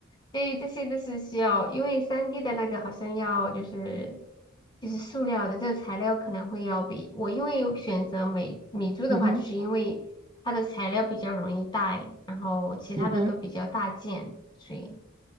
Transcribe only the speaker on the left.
对，这些都是需要，因为三 d 的那个好像要就是就是塑料的这个材料可能会要比我因为选择美米珠的话，
就是因为它的材料比较容易带，然后其他的都比较大件，
所以